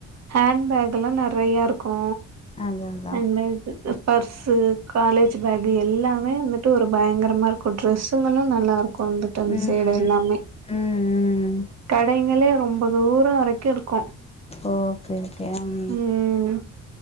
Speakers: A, on the right (about 60°); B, on the left (about 20°).
A: ஹேண் பேக்கல்லா நறையாருக்கு
B: அதா அதா
A: ஹேண் பேக் உஉ பர்ஸு காலேஜ்ஜு பேக்கு எல்லாமே வந்துட்டு ஒரு பய்ங்கரமா இருக்கு ட்ரெஸ்ஸுங்களு நல்லார் கொண்டுட்டன்
B: ம்
A: சேட் எல்லாமே
B: ம்
A: கடைங்களே ரொம்ப தூரோரிக்கி இருக்கு
B: ஓகே ஓகே யம்
A: ம்